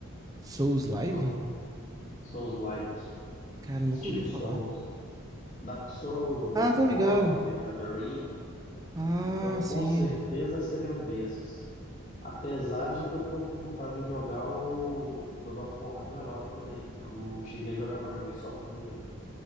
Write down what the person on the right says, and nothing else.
Souls
Live?
Cara, eu nunca
ouvi
falar.
Ah, tô ligado.
Ah,
sim.